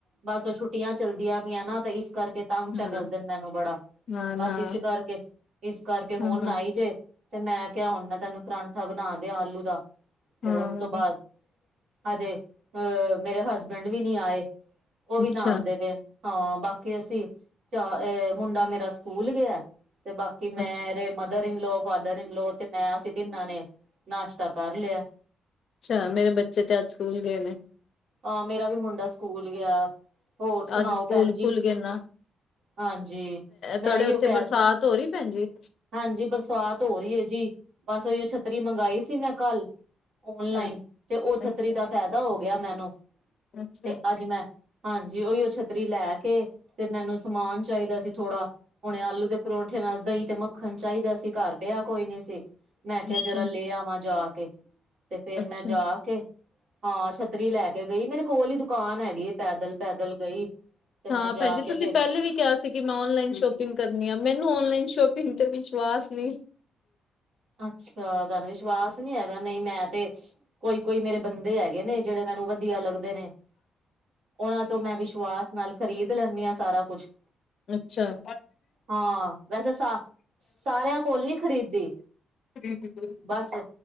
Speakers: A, on the right (about 60°); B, on the left (about 50°).
A: ਬਸ ਔਹ ਛੁੱਟੀਆਂ ਚੱਲਦੀਆਂ ਪਿਆਂ ਨਾ, ਤੇ ਇਸ ਕਰਕੇ ਤੰਗ ਚਾ
B: ਹਾਂ
A: ਕਰਦੇ ਨੇ ਮੈਨੂੰ ਬੜਾ।
B: ਨਾ
A: ਬਸ
B: ਨਾ
A: ਇਸ ਕਰਕੇ। ਇਸ ਕਰਕੇ ਹੁਣ
B: ਹਾਂ
A: ਨਾਈ ਜੇ, ਤੇ ਮੈਂ ਕੇਆ, ਹੁਣ ਮੈਂ ਤੈਨੂੰ ਕਰਾਂਠਾ ਬਣਾ ਦੇਆ ਆਲੂ ਦਾ। ਤੇ
B: ਹਾਂ
A: ਉਸ ਤੋਂ ਬਾਦ, ਹਜੇ ਅਹ ਮੇਰੇ ਹਸਬੈਂਡ ਵੀ ਨੀ ਆਏ। ਉਹ ਵੀ
B: ਅੱਛਾ
A: ਨਾ ਆਉਂਦੇ ਫਿਰ ਹਾਂ, ਬਾਕੀ ਅਸੀਂ ਚ ਮੁੰਡਾ ਮੇਰਾ, ਸਕੂਲ ਗਿਆ ਤੇ ਬਾਕੀ ਕਿ ਮੇਰੇ
B: ਅੱਛਾ
A: ਮਦਰ ਇਨ ਲਓ, ਫਾਦਰ ਇਨ ਲੋ, ਤੇ ਮੈਂ ਅਸੀਂ ਤਿੰਨਾਂ ਨੇ ਨਾਸ਼ਤਾ ਕਰ ਲਿਆ।
B: ਅੱਛਾ, ਮੇਰੇ ਬੱਚੇ ਤੇ ਅੱਜ ਸਕੂਲ ਗਏ ਨੇ।
A: ਹਾਂ, ਮੇਰਾ ਵੀ ਮੁੰਡਾ ਸਕੂਲ ਗਿਆ। ਹੋਰ ਸੁਣਾਓ
B: ਅੱਜ ਸਕੂਲ
A: ਭੈਣ ਜੀ
B: ਖੁੱਲ ਗਏ ਨਾ,
A: ਹਾਂਜੀ ਮੈਂ
B: ਤੁਹਾਡੇ
A: ਇਹੀਓ
B: ਉੱਥੇ
A: ਕਹਿ
B: ਬਰਸਾਤ ਹੋ ਰਹੀ। ਹਾਂਜੀ।
A: ਹਾਂਜੀ, ਬਰਸਾਤ ਹੋ ਰਹੀ ਹੈ ਜੀ, ਬਸ ਛੱਤਰੀ ਮੰਗਾ ਮੰਗਾਈ ਸੀ ਮੈਂ, ਕੱਲ ਓਨਲਾਈਨ
B: ਅੱਛਾ
A: ਤੇ, ਉਹ ਛੱਤਰੀ
B: ਅੱਛਾ
A: ਦਾ ਫਾਇਦਾ ਹੋ ਗਿਆ ਮੈਨੂੰ?
B: ਅੱਛਾ
A: ਤੇ ਅੱਜ ਮੈਂ ਹਾਂਜੀ ਓਹੀ ਉਹ ਛੱਤਰੀ ਲੈ ਕੇ ਤੇ ਮੈਨੂੰ ਸਮਾਨ ਚਾਹੀਦਾ ਸੀ ਥੋੜ੍ਹਾ ਹੁਣੇ ਆਲੂ ਦੇ ਪਰੋਂਠੇ ਨਾਲ ਦਹੀਂ, ਤੇ ਮੱਖਣ ਚਾਹੀਦਾ ਸੀ, ਘਰ ਪਿਆ ਕੋਈ ਨੀ ਸੀ ਮੈਂ ਕਿਹਾ,
B: ਅੱਛਾ
A: ਜਰਾ ਲੈ ਆਵਾਂ ਜਾ ਕੇ। ਤੇ ਫੇਰ
B: ਅੱਛਾ
A: ਮੈਂ ਜਾ ਕੇ, ਹਾਂ ਛੱਤਰੀ ਲੈ ਕੇ ਗਈ ਮੇਰੇ ਕੋਲ ਹੀ, ਦੁਕਾਨ ਹੈਗੀ। ਪੈਦਲ- ਪੈਦਲ ਗਈ, ਤੇ ਮੈਂ
B: ਹਾਂ
A: ਜਾ
B: ਭੈਣ ਜੀ
A: ਕੇ
B: ਤੁਸੀਂ
A: ਫਿਰ
B: ਪਹਿਲੇ ਵੀ ਕਿਹਾ ਸੀ ਸੀ ਕਿ ਮੈਂ ਔਨਲਾਈਨ ਸ਼ੋਪਿੰਗ ਕਰਨੀ ਆ, ਮੈਨੂੰ ਔਨਲਾਈਨ ਸ਼ੋਪਿੰਗ ਤੇ ਵਿਸ਼ਵਾਸ ਨਹੀਂ।
A: ਅੱਛਾ ਤੁਹਾਨੂੰ ਵਿਸ਼ਵਾਸ ਨਹੀਂ ਹੈਗਾ, ਨਹੀਂ ਮੈਂ ਤੇ ਕੋਈ- ਕੋਈ ਮੇਰੇ ਬੰਦੇ ਹੈਗੇ ਨੇ, ਜਿਹੜੇ ਮੈਨੂੰ ਵਧੀਆ ਲੱਗਦੇ ਨੇ। ਉਹਨਾਂ ਤੋਂ ਮੈਂ ਵਿਸ਼ਵਾਸ ਨਾਲ ਖ਼ਰੀਦ ਲੈਂਦੀ ਹਾਂ, ਸਾਰਾ ਕੁਛ
B: ਅੱਛਾ
A: ਹਾਂ, ਵੈਸੇ ਸਾ ਸਾਰਿਆਂ ਕੋਲ ਨੀ ਖ਼ਰੀਦਦੀ।
B: <unintelligible>
A: ਬਸ